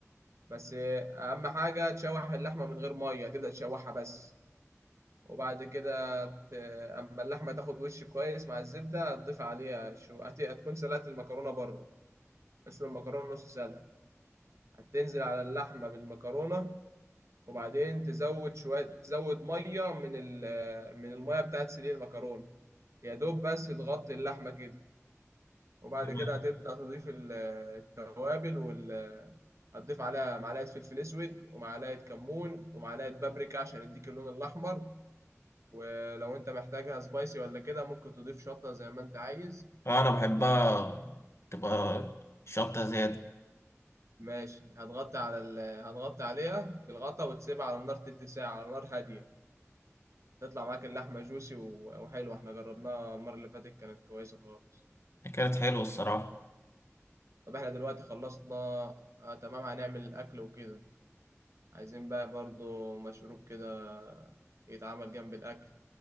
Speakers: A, on the right; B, on the left.
A: بس آه، أهم حاجة تشوح اللحمة من غير مية تبدأ تشوحها بس وبعد كده ت- اما اللحمه تاخد وش كويس مع الزبده هتضيف عليها شو هت- هتكون سلقت المكرونه بره اسلق المكرونة نص سلقة هتنزل على اللحمة بالمكرونة وبعدين تزود شوية تزود مية من ال من المية بتاعت سلق المكرونة يا دوب بس تغطي اللحمة كده وبعد
B: تمام
A: كده هتبدأ تضيف ال- التوابل وال هتضيف عليها معلقة فلفل أسود ومعلقة كمون ومعلقة بابريكا عشان يديك اللون الأحمر ولو أنت محتاجها سبايسي ولا كده ممكن تضيف شطة زي ما أنت عايز
B: آه، أنا بحبها تبقى شطة زيادة
A: ماشي هتغطي على ال... هتغطي عليها بالغطا وتسيبها على النار تلت ساعة على نار هادية تطلع معاك اللحمة جوسي و- وحلوة احنا جربناها المرة اللي فاتت كانت كويسة خالص
B: كانت حلوة الصراحة
A: طب احنا دلوقتي خلصنا آه تمام هنعمل الأكل وكده عايزين بقى برضو مشروب كده يتعمل جنب الأكل